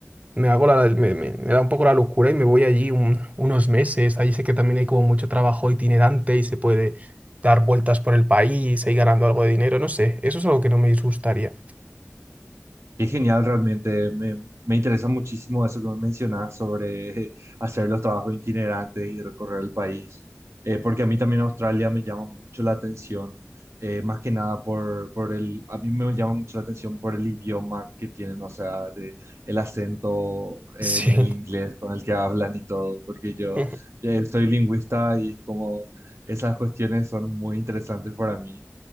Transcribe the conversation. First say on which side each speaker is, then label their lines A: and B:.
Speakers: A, on the right; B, on the right.
A: me hago la, me, me- me da un poco la locura y me voy allí un- unos meses. Allí sé que también hay como mucho trabajo itinerante y se puede dar vueltas por el país e ir ganando algo de dinero, no sé. Eso es algo que no me disgustaría.
B: Qué genial, realmente. Me, me interesa muchísimo eso que me mencionas sobre <laughs> hacer los trabajos itinerantes y recorrer el país, Eh, porque a mí también Australia me llama mucho la atención, eh, más que nada por, por el, a mí me llama mucho la atención por el idioma que tienen, o sea, de- el acento en
A: <laughs> Sí.
B: el inglés con el que hablan y todo, porque yo
A: Ujú.
B: eh, soy lingüista y es como esas cuestiones son muy interesantes para mí.